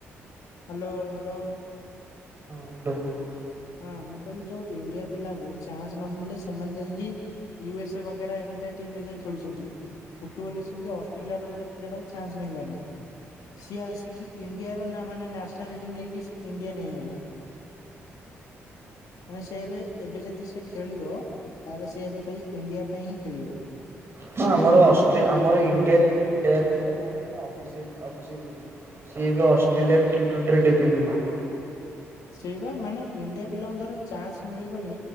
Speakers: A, on the left (about 65°); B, on the right (about 40°).
A: ହାଲୋ ହାଲୋ
B: ହ୍ୟାଲୋ ହଁ ହଁ
A: ହଁ ମୁଁ କହିଲି। ଯଉ ଇଣ୍ଡିଆ ପିଲାଙ୍କୁ ଚାନ୍ସ ନ ମିିଳିଲେ ସେମାନେ ଯାଇକି ୟୁ ଏସ ବଗେରା ଏମିତିଆ ଟିମରେ ଯାଇ ଖେଳୁଛନ୍ତି ଫୁଟବଲ ରେ ସେମତି ଅଷ୍ଟ୍ରେଲିଆ ର ଗୋଟେ ପିଲାଟାକୁ ଚାନ୍ସ ମିଳିଲାନି ସିଏ ଆସିକି ଇଣ୍ଡିଆର ମାନେ ନ୍ୟାସନାଲିଟି ନେଇକି ଇଣ୍ଡିଆନ ହେଇଗଲା। ମାନେ ସେ ଏବେ ଏବେ ଯଦି ସେ ଖେଳିବ ତାହେଲେ ସେ ଏବେ ଖାଲି ଇଣ୍ଡିଆ ପାଇଁ ହିଁ ଖେଳିବ।
B: ହଁ ଆମର ଅଶ୍ଟ୍ର ଆମର ଇଣ୍ଡିଆରେ ଗୋଟେ ପ୍ଲେୟାର ଥିଲା କଣ ତା ନା ଅଭିସେକ ଅଭିଷେକ ବୋଲି। ସି ଏବେ ଅଷ୍ଟ୍ରେଲିଆରେ
A: ହୁଁ
B: ଟି ଟ୍ୱେଣ୍ଟି ଡେବ୍ୟୁ କରିବେ।
A: ସେଇ ବା ମାନେ ଇଣ୍ଡିଆ ପିଲାଙ୍କ ଦ୍ୱାରା ଚାନ୍ସ ମିଳିବନି